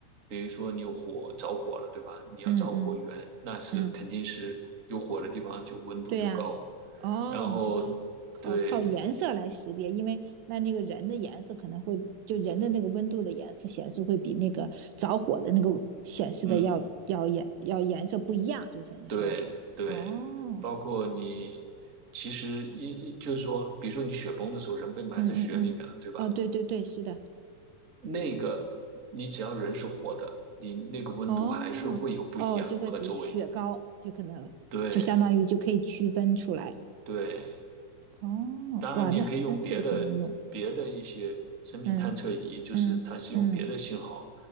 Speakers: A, on the right; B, on the right.
A: 比如说你有火着火了，对吧？你要找火源，
B: 嗯嗯
A: 那是肯定是有火的地方就温度就高，
B: 嗯，对呀、哦，
A: 然后
B: 你说靠靠颜色来识别，
A: 对，
B: 因为那那个人的颜色可能会就人的那个温度的颜色显示会比那个着火的那个显示的要要颜要颜色不一样，
A: 嗯，
B: 就等于说是哦。
A: 对对，包括你其实一一就是说，比如说你雪崩的时候，人被埋在雪里面了，
B: 嗯嗯嗯，
A: 对吧？
B: 哦，对对对，是的，
A: 那个你只要人是活的，你那个温度还是会有不一样和周围。
B: 哦哦，就会比雪糕就可能就相当于就可以区分出来。
A: 对对，
B: 哦，
A: 当然你也可以用别的别的一些生命探测仪，
B: 哇，那那这个很有用。嗯
A: 就是它是用别的信号
B: 嗯嗯，